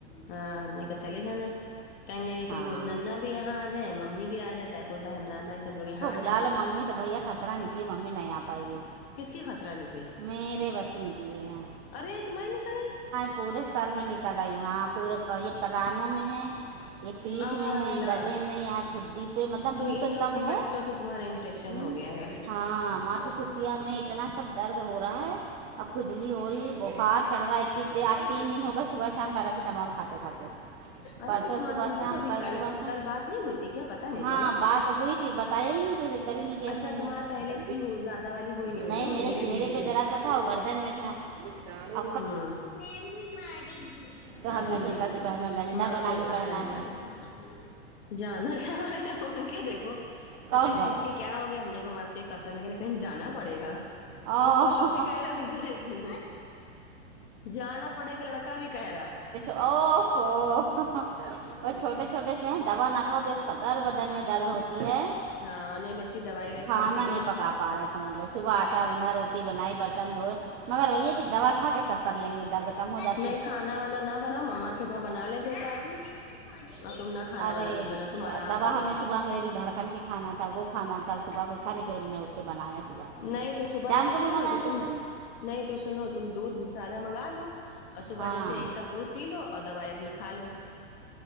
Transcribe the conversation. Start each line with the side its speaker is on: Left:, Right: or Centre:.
Left: ہاں ہم نے کا چلے جانا کہنے ل کہ
Right: ہاں
Left: نا بھی یہاں آ جائے ممی بھی آ جائے تخو بائی ہممدان بائی سبوگ ہیںاتھ
Right: ب لا لو ممی تو بھیا خسرہ نکلی ممی نہیں آ پائے گی
Left: کس کی خسرا نکلی
Right: میرے بچے نکلی ہیں
Left: ارے تمہے نکلے
Right: پورے سر میں نکل آئی ہاں پورے یہ پرانوں میں ہے یہ پیٹھ
Left: آ
Right: میں
Left: اللہ
Right: ہے گلے میں اں ٹھڈی پہ مطلب
Left: تو
Right: منہ
Left: ان
Right: پہ
Left: لوگ
Right: کم
Left: کے
Right: ہے
Left: بچوں سے تمہارا انفیکشن
Right: ہ
Left: ہو گیا ہے
Right: ہاں ہماں پ کچھ کیا میں اتنا سب درد ہو رہا ہے اور کھجلی ہو رہی بخار چڑھ رہا ہے ا ت تین دن ہو گئے صبح شام پیراستا مول کھاتے کھاتے
Left: ارے
Right: پرسوں
Left: تو تم
Right: صبح
Left: تم سے
Right: شام
Left: تو ابھی
Right: کل صبح
Left: کی
Right: شام
Left: کل بات نہیں ہوئی تھی کیا پتہ نہیں
Right: ہاں
Left: چلا
Right: بات تو ہوئی تھی بتایا ہی نہیں کوئی سے ہی نہیں کیا
Left: اچھا
Right: پھر ہم نے
Left: تمہارے پہلے اتنی زیادہ والی ہوئی ہوگی
Right: نہیں
Left: نا وہ
Right: میرے
Left: دھیرے
Right: چہرے
Left: دھیرے
Right: پہ ذرا سا تھا وہ گردن میں تھا الو <unintelligible>
Left: ہبھی
Right: تو ہم نے
Left: رک
Right: پھر کل دوپہر میں گنڈا
Left: آپ
Right: بنا
Left: پ ہی
Right: کے
Left: خسرہ
Right: پہنا
Left: نکالے
Right: ہے
Left: پے گا جانا پڑے گا ا کے دیکھو آ
Right: کون
Left: کہیں
Right: کہہ
Left: کس
Right: رہا
Left: کے کیا ہو گیا ہم نے کو وہاں پہ کسرا نکلا کہیں جانا پڑے گا
Right: او
Left: یہ خوش ہو کے کہرے کی جو جانا پڑے کہ لڑکا بھی کہہ رہا
Right: اف وہ چھوٹے چھوٹے سے دوا نہ کھاؤ تو اس کا در بدن میں درد ہوتی ہے
Left: ہاں نہیں بچی دوائی وائی
Right: کھانا
Left: کھاتی رہو
Right: نہیں پکا پا رہے سمجھ لو صبحٹ ا انہھر روٹی بنائی برتن دھو مگر وہی ہے کہ دوا کھا کے سب کر لیں گے درد کم ہو جاتا
Left: نہیں کھانا وانا نہ بناؤ مما سے تو بنا لے دو چار دن اور تم نہ کھانا
Right: ارے
Left: وانا کچھ بناؤ
Right: بیٹی
Left: تم آرام
Right: دوا
Left: کرو
Right: ہمیں صبح انگریزی دھڑکن کی کھانا تھا وہ کھانا تھاب صبح کو سا نہیں پھر ہم نے اٹھ کے بنایا تھا صبح
Left: نہیں تو صبحات
Right: شام
Left: کچھ
Right: کو بھی
Left: نہیں
Right: بنایا
Left: ہوتا تم
Right: سر
Left: نہیں تو سنو تم دودھ زیادہ منگا لو اور صبح
Right: ہاں
Left: جیسے ایک کپ دودھ پی لو اور دوائیں اپنی کھا لو